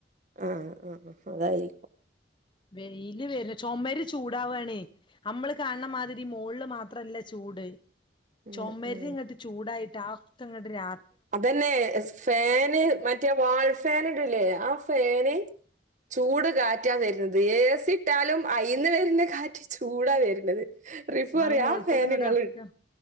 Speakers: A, on the right (about 40°); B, on the left (about 25°).
A: ആഹ് ആഹ് അഹ് അതായിരിക്കും
B: വെയില് വെര് ചൊമെര് ചൂടാവാണേ അമ്മെള് കാണ്‌ണ മാതിരി മോൾല് മാ ത്രല്ല ചൂട്
A: ഉം
B: ചൊമര്
A: ഉം
B: ങ്ങട്ട് ചൂടായ്ട്ട് അതൊക്കെ ങ്ങെട്ട് രാ
A: അതെന്നെ ഫേന് മ റ്റെ വാൾ ഫേൻ ഇട്ല്ലേ ആ ഫേന് ചൂട് കാറ്റാ വെര്ണ്ത് ഏസി ട്ടാലും അയ്ന്ന് വെര്ണെ കാറ്റ് ചൂടാ വെര്ണെത് റിഫു
B: അത്
A: അറിം
B: മോൾത്തത്
A: ആ ഫേന്ങ്ങള്
B: ഇങ്ങട്ട് എറക്ക